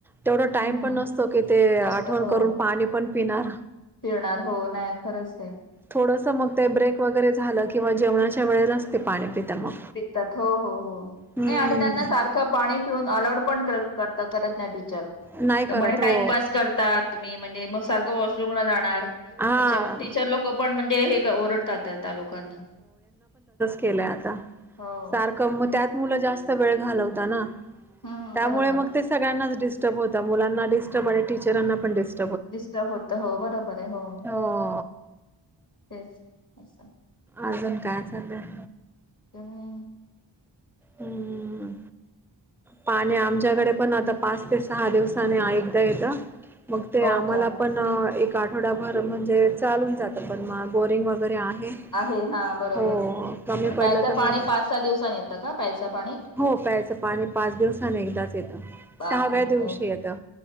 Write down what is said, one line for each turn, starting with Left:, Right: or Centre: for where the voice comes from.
Centre: तेवढा टाइम
Left: हम्म
Centre: पण नसतो की ते आठवण
Left: मस्त हो
Centre: करून पाणी पण पिणार
Left: फिरणार हो नाही खरच दे
Centre: थोडंसं मग ते ब्रेक वगैरे झालं किंवा जेवणाच्या वेळेलाचते पाणी पिता मग
Left: हो
Centre: हम्म.
Left: नाही आणि त्यांना सारख पाणी पिऊन अलरड पण कर करत नाही टीचर
Centre: नाही
Left: त्यामुळे
Centre: करत हो
Left: टाइमपस करतात. तुम्ही म्हणजे मग सारखं वॉशरूम ला जाणार
Centre: हा
Left: अच्छा मग टीचर लोक पण म्हणजे हे काय ओरडतात त्यालोकांना
Centre: केल्या आता.
Left: हो.
Centre: त्यात मग मुलं ज्यास्त वेळ घालवता ना
Left: हम्म
Centre: त्यामुळे
Left: बरोबर
Centre: मग सग्यांनाच डिस्टब होता मुलांना डिस्टब आणि टीचरांना पण डस्टब
Left: डिस्टब होत हो बरोबर आहे हो
Centre: ह..
Left: तेच अस.
Centre: अजून काय चालंय?
Left: ह.
Centre: हम्म पाणी आमच्याकडे पण आता पाच ते सहा दिवसाने एकदा येतं मग ते
Left: हो
Centre: आम्हाला
Left: का
Centre: पण एक आठवडाभर म्हणजे चालून जातं पण म बोरिंग वगैरे आहे
Left: आहे हा बरोबर
Centre: हो कमी
Left: पण
Centre: पडलं
Left: प्यायचं
Centre: तर
Left: पाणी
Centre: मग
Left: पाच सहा दिवसनी येतं का प्यायचं पाणी?
Centre: हो प्यायचं पाणी पाच दिवसान एकदाच येतं
Left: बापरे
Centre: सहाव्या दिवशी
Left: हो
Centre: येतं.